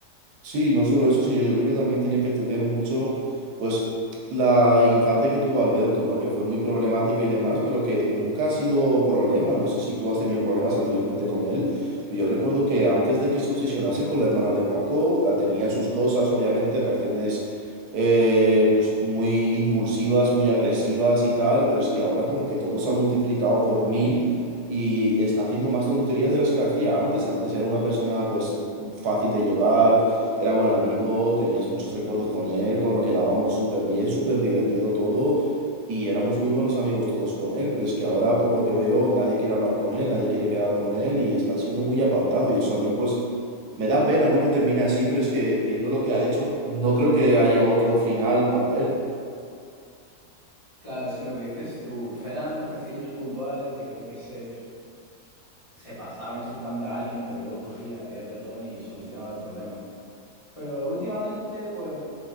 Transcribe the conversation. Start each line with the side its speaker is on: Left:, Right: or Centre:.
Right: Sí, y no solo eso, sino yo creo que también tiene que ver mucho, pues, la infancia que tuvo Alberto, ¿no? Que fue muy problemática y demás, pero que nunca ha sido problema. No sé si tú has tenido problemas anteriormente con él. Yo recuerdo que antes de que se obsesionase con la hermana de Paco, ah, tenía sus cosas, obviamente, reacciones, eh, pues, muy impulsivas, muy agresivas y tal, pero es que ahora como que todo se ha multiplicado por mil y está haciendo más tonterías de las que hacía antes. Antes era una persona, pues, fácil de llevar era buen amigo, tenías muchos recuerdos con él, cuando quedábamos súper bien, súper divertido todo, y éramos muy buenos amigos todos con él, pero es que ahora, por lo que veo, nadie quiere hablar con él, nadie quiere quedar con él, y está siendo muy apartado, y eso a mí, pues, me da pena, ¿no? Que termine así, pero es que, viendo lo que ha hecho, no creo que haya otro final para él.
Left: Claro, sí, lo que dices tú, Feran rocecillos puntuales de que yo qué sé. se pasaba insultando a alguien, pero luego cogía, pedía perdón y solucionaba el problema. Pero últimamente, pues,